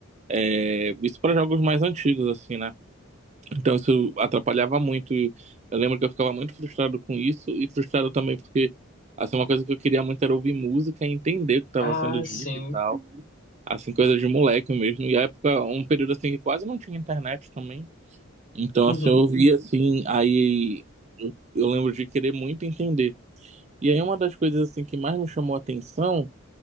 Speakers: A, on the right; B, on the left.
A: é, isso para jogos mais antigos, assim, né? Então isso atrapalhava muito. E Eu lembro que eu ficava muito frustrado com isso e frustrado também porque assim uma coisa que eu queria muito era ouvir música e entender o que estava
B: Ah,
A: sendo dito
B: sim.
A: e tal, assim coisa de moleque mesmo. E a época, um período assim que quase não tinha internet também. Então
B: Uhum,
A: assim eu ouvia assim, aí eu, eu lembro de querer muito entender. E aí uma das coisas assim que mais me chamou a atenção